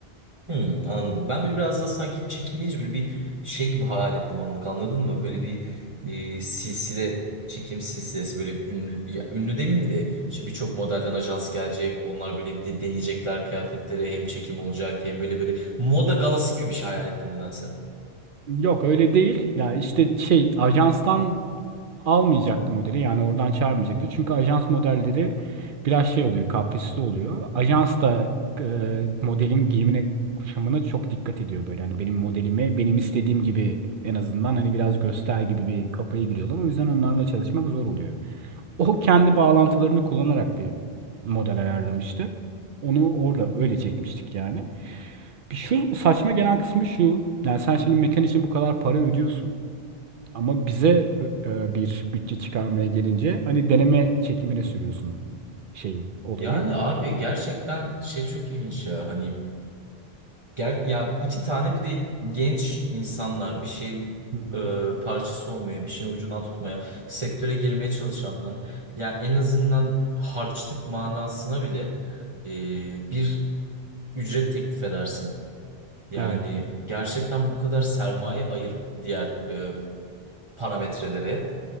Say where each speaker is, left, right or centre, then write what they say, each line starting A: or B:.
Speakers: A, on the right (about 35°); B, on the right (about 60°).
A: Hmm, anladım. Ben böyle biraz da sanki çekimleyici böyle bir şey gibi hayal ettim anlık anladın mı? Böyle bir e, silsile çekim silsilesi böyle ünlü, ya, ünlü demeyeyim de işte birçok modelden ajans gelecek. Onlar böyle de- deneyecekler kıyafetleri hem çekim olacak hem böyle böyle moda galası gibi bir şey hayal ettim nedense.
B: Yok öyle değil. Ya işte şey ajanstan almayacaktı modeli. Yani oradan çağırmayacaktı. Çünkü ajans modelleri biraz şey oluyor, kaprisli oluyor. Ajans da e, modelin giyimine, kuşamına çok dikkat ediyor böyle. Yani benim modelimi benim istediğim gibi en azından hani biraz göster gibi bir kafaya giriyorlar. O yüzden onlarla çalışmak zor oluyor. O kendi bağlantılarını kullanarak bir model ayarlamıştı. Onu orada öyle çekmiştik yani. Bir şu saçma gelen kısmı şu. Yani sen şimdi mekan için bu kadar para ödüyorsun. Ama bize e, bir bütçe çıkarmaya gelince hani deneme çekimine sürüyorsun şeyi, olayı.
A: Yani abi gerçekten şey çok ilginç ya hani Gel ya iki tane bir de genç insanlar bir şey
B: Hı hı.
A: e, parçası olmaya, bir şeyin ucundan tutmaya, sektöre girmeye çalışanlar. Ya en azından harçlık manasına bile e, bir ücret teklif edersin. Yani
B: Evet.
A: gerçekten bu kadar sermaye ayırıp diğer e, parametrelere